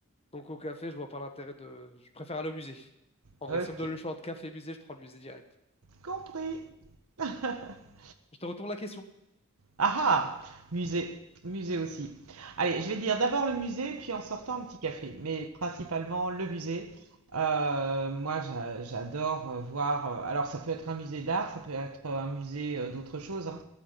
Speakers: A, on the left; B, on the right.
A: Donc au café, je vois pas l'intérêt de... Je préfère aller au musée. En
B: ok,
A: vrai, si on me donne le choix entre café et musée, je prends le musée direct.
B: compris. <laughs>
A: Je te retourne la question.
B: Ah ah! Musée. Musée aussi. Allez, je vais dire d'abord le musée, puis en sortant un petit café. Mais principalement le musée. Euh, moi, j'a- j'adore euh, voir. euh, alors, ça peut être un musée d'art, ça peut être euh, un musée euh, d'autre chose, hein.